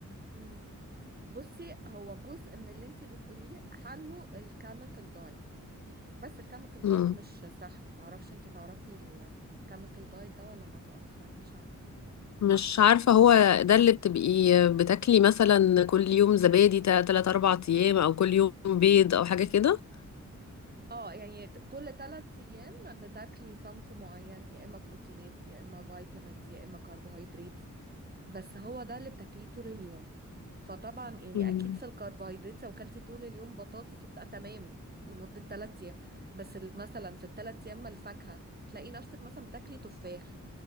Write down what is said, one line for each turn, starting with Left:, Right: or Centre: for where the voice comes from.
Right: مم. بصي هو جزء من اللي انت بتقوليه حله الكيميكال دايت بس الكيميكال
Left: مم.
Right: دايت مش صحي معرفش انت تعرفي الكيميكال دايت ده ولا ما تع- سمعتيش عنه
Left: مش عارفة هو ده اللي بتبقي بتاكلي مثلا كل يوم زبادي تا- تلات أربع أيام أو كل يوم بيض أو حاجة كده
Right: اه يعني ت- كل ثلاث ايام بتاكلي صنف معين يا اما بروتينات يا اما فيتامينز يا اما كربوهيدرات بس هو ده اللي بتاكليه طول اليوم فطبعا يعني
Left: مم.
Right: اكيد في الكربوهيدرات لو كلتي طول اليوم بطاطس وبتاع تمام لمدة ثلاث ايام بس ال- مثلا في الثلاث ايام ما الفاكهة تلاقي نفسك مثلا بتاكلي تفاح